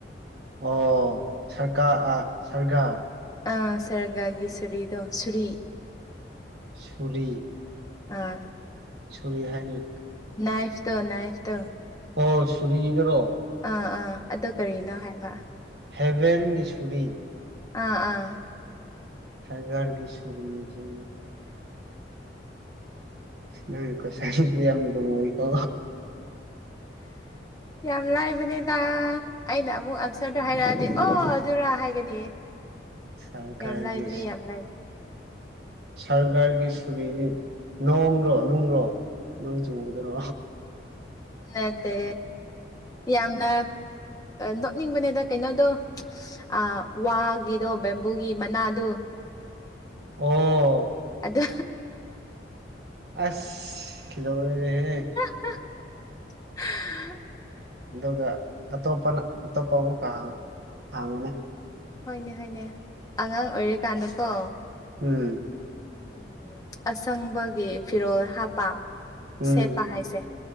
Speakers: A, on the right (about 60°); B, on the left (about 20°).
A: ꯑꯣ ꯁꯔꯀꯥꯔ ꯑꯥ ꯁꯔꯒꯥ
B: ꯑꯥ ꯁꯔꯒꯥꯒꯤ ꯁꯨꯔꯤꯗꯣ ꯁꯨꯔꯤ
A: ꯁꯨꯔꯤ
B: ꯑꯥ
A: ꯁꯨꯔꯤ ꯍꯥꯏꯅꯤ
B: ꯅꯥꯏꯐꯇꯣ ꯅꯥꯏꯐꯇꯣ
A: ꯑꯣ ꯁꯨꯔꯤꯗꯨꯔꯣ
B: ꯑꯥ ꯑꯥ ꯑꯗꯨ ꯀꯔꯤꯅꯣ ꯍꯥꯏꯕ
A: ꯍꯦꯕꯦꯟꯒꯤ ꯁꯨꯔꯤ
B: ꯑꯥ ꯑꯥ
A: ꯍꯦꯕꯦꯟꯒꯤ ꯁꯨꯔꯤꯖꯤ ꯅꯪ ꯀꯣꯏꯁꯟꯖꯦ ꯌꯥꯝ ꯂꯨꯏꯀꯣ
B: ꯌꯥꯝ ꯂꯥꯏꯕꯅꯦꯗꯥ ꯑꯩꯅ ꯑꯃꯨꯛ ꯑꯟꯁꯔꯗꯣ ꯍꯥꯏꯔꯛꯑꯗꯤ ꯑꯣ ꯑꯗꯨꯔꯥ ꯍꯥꯏꯒꯥꯅꯤꯌꯦ
A: ꯁꯔꯀꯥꯔꯒꯤ
B: ꯌꯥꯝ ꯂꯥꯏꯕꯅꯦ ꯌꯥꯝ ꯂꯥꯏꯕꯅꯦ
A: ꯁꯥꯔꯒꯔꯒꯤ ꯁꯨꯔꯤꯗꯤ ꯅꯣꯡꯔꯣ ꯅꯨꯡꯂꯣ ꯅꯣꯡ ꯆꯨꯕꯗꯨꯔꯣ
B: ꯅꯠꯇꯦ ꯌꯥꯝꯅ ꯅꯣꯛꯅꯤꯡꯕꯅꯦꯗꯥ ꯀꯩꯅꯣꯗꯣ ꯑꯥ ꯋꯥꯒꯤꯗꯣ ꯕꯦꯝꯕꯨꯒꯤ ꯃꯅꯥꯗꯣ
A: ꯑꯣ
B: ꯑꯗꯨ
A: ꯑꯁ ꯂꯣꯏꯔꯦꯍꯦ
B: ꯍꯥ
A: ꯑꯗꯨꯒꯥ ꯑꯇꯣꯞꯄꯅ ꯑꯇꯣꯞꯄ ꯑꯃꯨꯛꯀꯥ ꯍꯥꯡ ꯍꯥꯡꯉꯣꯅꯦ
B: ꯍꯣꯏꯅꯦ ꯍꯣꯏꯅꯦ ꯑꯉꯥꯡ ꯑꯣꯏꯔꯤꯀꯥꯟꯗꯥꯀꯣ
A: ꯎꯝ <unintelligible> <inaudible>
B: ꯎꯝ ꯑꯁꯪꯕꯒꯤ ꯐꯤꯔꯣꯜ ꯍꯥꯞꯄ
A: ꯎꯝ
B: ꯁꯦꯠꯄ ꯍꯥꯏꯁꯦ